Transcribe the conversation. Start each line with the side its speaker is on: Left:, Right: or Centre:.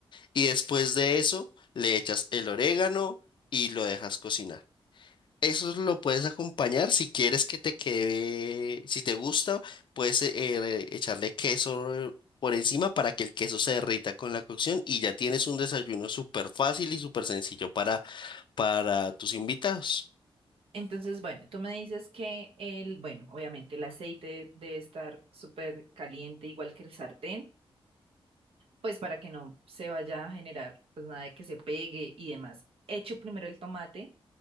Left: y después de eso le echas el orégano y lo dejas cocinar. Eso lo puedes acompañar si quieres que te quede, si te gusta, puedes eh, eh, echarle queso por encima para que el queso se derrita con la cocción y ya tienes un desayuno súper fácil y súper sencillo para, para tus invitados.
Right: Entonces, bueno, tú me dices que el, bueno, obviamente el aceite debe estar súper caliente, igual que el sartén. pues para que no se vaya a generar pues nada de que se pegue y demás. Hecho primero el tomate,